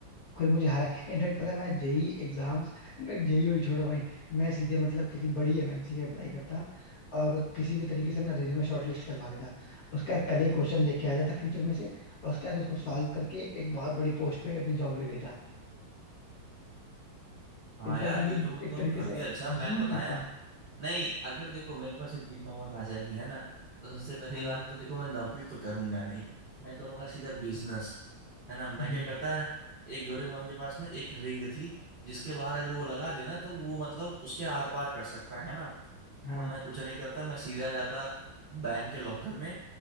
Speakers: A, on the left; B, on the right.
A: कोई मुझे हरा इनफैक्ट
B: है
A: पता है मैं जेई एग्जाम्स इनफैक्ट जेई और छोड़ो भाई मैं सीधे मतलब किसी बड़ी एमएनसी में अप्लाई करता और किसी भी तरीके से ना रिज्यूमे शॉर्टलिस्ट करवा लेता उसके बाद पहले ही क्वेश्चन देख के आ जाता फ्यूचर में से और उसके बाद उसको सॉल्व करके एक बहुत बड़ी पोस्ट पे अपनी जॉब ले लेता
B: हाँ
A: इनफैक्ट
B: यार
A: मतलब
B: ये तो मतलब
A: एक तरीके
B: काफी
A: से
B: अच्छा
A: रूल
B: प्लान बताया
A: करता
B: आप। नहीं अगर देखो मेरे पास इतनी पावर आ जाएगी है ना तो सबसे पहली
A: हाँ
B: बात तो देखो मैं नौकरी तो करूंगा नहीं मैं करूंगा सीधा बिजनेस है ना मैं
A: हम्म,
B: क्या करता है एक डोरेमोन के पास ना एक रिंग थी जिसके बाहर अगर वो लगा देना तो वो मतलब उसके आर पार कर सकता है ना
A: हाँ
B: तो मैं कुछ नहीं करता मैं सीधा जाता बैंक के लॉकर में